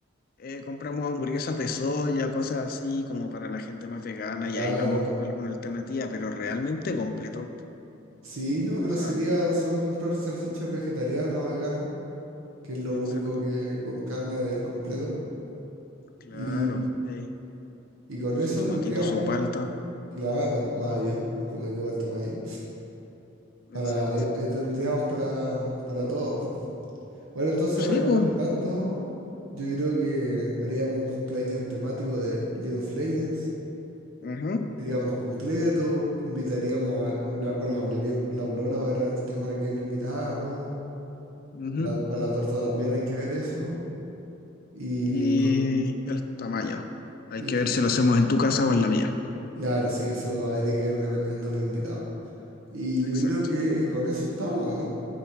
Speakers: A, on the left; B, on the right.
A: eh, compramos hamburguesas de soya, cosas así, como para la gente más vegana,
B: Claro.
A: y ahí vemos como alguna alternativa, pero realmente completo. pu-
B: Sí, no, pero
A: O
B: sería solo comprar salchichas vegetarianas o veganas. que es lo
A: exacto,
B: único que con carne del completo.
A: claro.
B: Y,
A: Y ahí,
B: y con
A: su
B: eso
A: tomatito,
B: tendríamos,
A: su palta,
B: claro, mayo, lo metido falta mayo. Para,
A: exacto.
B: ahí- ahí tendríamos para, para todos, po. Bueno, entonces
A: Sí,
B: recapitulando,
A: pues.
B: yo creo que haríamos un cumpleaños temático de League of Legends.
A: Ujú,
B: Diríamos completo, invitaríamos a hablar, bueno, hablaríamos con la polola para ver el tema de quién invitamos.
A: ujú.
B: La- para la torta también hay que ver eso. Y,
A: y
B: co-
A: el tamaño. Hay
B: y
A: que
B: el
A: ver
B: tema.
A: si lo hacemos en tu casa o en la mía.
B: Claro, sí, eso habría que ver dependiendo de los invitados. Y
A: Exacto.
B: yo creo que con eso estamos, ¿no?